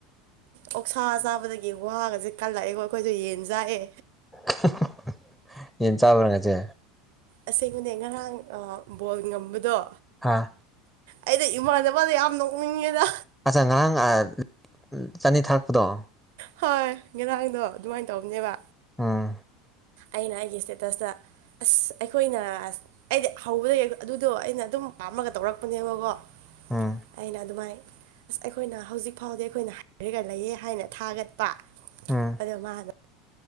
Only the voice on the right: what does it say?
ꯑꯣꯛꯁꯥ ꯆꯥꯕꯗꯒꯤ ꯋꯥꯒꯁꯦ ꯀꯜꯂꯛꯑꯦꯀꯣ ꯑꯩꯈꯣꯏꯁꯨ ꯌꯦꯟ ꯆꯥꯏꯌꯦ
ꯑꯁꯦꯡꯕꯅꯦ ꯉꯔꯥꯡ ꯑꯥ ꯕꯣꯜ ꯉꯝꯕꯗꯣ
ꯑꯩꯗꯣ ꯏꯃꯥꯟꯅꯕꯗ ꯌꯥꯝ ꯅꯣꯛꯅꯤꯡꯉꯦꯗ
ꯍꯣꯏ ꯉꯔꯥꯡꯗꯣ ꯑꯗꯨꯃꯥꯏꯅ ꯇꯧꯕꯅꯦꯕ
ꯑꯩꯅ ꯑꯩꯒꯤ ꯁꯇꯦꯇꯁꯇ ꯑꯁ ꯑꯩꯈꯣꯏꯅ ꯑꯁ ꯑꯩꯗꯤ ꯍꯧꯕꯗꯒꯤ ꯑꯩꯈꯣ ꯑꯗꯨꯗꯣ ꯑꯩꯅ ꯑꯗꯨꯝ ꯄꯥꯝꯃꯒ ꯇꯧꯔꯛꯄꯅꯦꯕꯀꯣ
ꯑꯩꯅ ꯑꯗꯨꯃꯥꯏ ꯑꯁ ꯑꯩꯈꯣꯏꯅ ꯍꯧꯖꯤꯛ ꯐꯥꯎꯗꯤ ꯑꯩꯈꯣꯏꯅ ꯍꯥꯏꯔꯒ ꯂꯩꯌꯦ ꯍꯥꯏꯅ ꯊꯥꯒꯠꯄ
ꯑꯗꯣ ꯃꯥꯅ